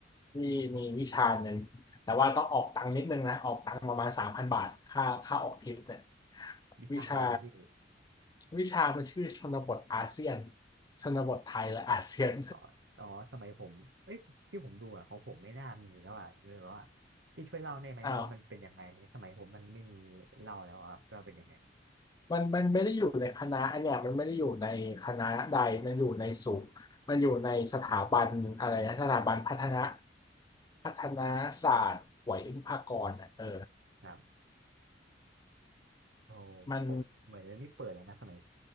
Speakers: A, on the left (about 20°); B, on the right (about 70°).
A: ที่มีวิชาหนึ่งแต่ว่าต้องออกตังค์นิดนึงนะออกตังค์ประมาณสามพันบาทค่าค่าออกทริปเนี่ย
B: วิชาอะไรเนี่ยพี่
A: วิชาวิชามันชื่อชนบทอาเซียนชนบทไทยและอาเซียน
B: อ๋ออ๋อสมัยผมเอ้ยที่ผมดูอะของผมไม่น่ามีแล้วอะเลยแบบว่าพี่ช่วยเล่าได้ไหมว่ามันเป็นยังไงเลยสมัยผมมันไม่มีเล่าแล้วครับว่าเป็นยังไง
A: <laughs> อ้าวมันมันไม่ได้อยู่ในคณะอันเนี้ยมันไม่ได้อยู่ในคณะใดมันอยู่ในสูงมันอยู่ในสถาบันอะไรนะสถาบันพัฒนาพัฒนาศาสตร์ไหวอิงพากรณ์อ่ะเออ
B: ครับโอ้
A: มัน
B: ผมเหมือนไม่เปิดแล้วนะสมัย